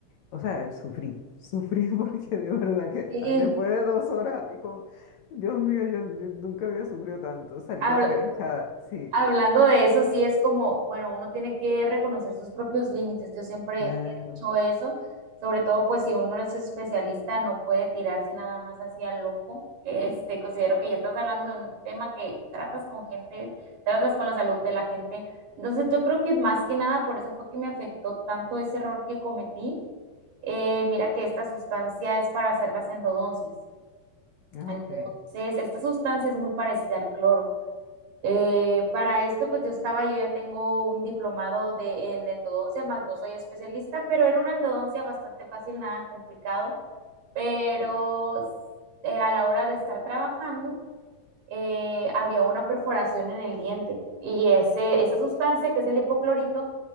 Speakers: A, on the left; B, on the right.
A: o sea, sufrí, sufrí <laughs> porque de verdad que
B: sí.
A: ah, después de dos horas y con, Dios mío, yo nu- nunca había sufrido tanto. Salí
B: Habla-
A: con la cara hinchada, sí,
B: hablando de eso, sí es como, bueno, uno tiene que reconocer sus propios límites. Yo siempre
A: claro.
B: he dicho eso, sobre todo pues si uno es especialista, no puede tirarse nada más así al loco. Este, considero que ya estás hablando de un tema que tratas con gente, tratas con la salud de la gente. Entonces, yo creo que más que nada por eso fue que me afectó tanto ese error que cometí. Eh, mira que esta sustancia es para hacer las endodoncias.
A: Ah,
B: Entonces,
A: ok.
B: esta sustancia es muy parecida al cloro. Eh, para esto, pues yo estaba, yo ya tengo un diplomado de, en endodoncia, más no soy especialista, pero era una endodoncia bastante fácil, nada complicado, pero eh, a la hora de estar trabajando, eh, había una perforación en el diente y ese, esa sustancia, que es el hipoclorito,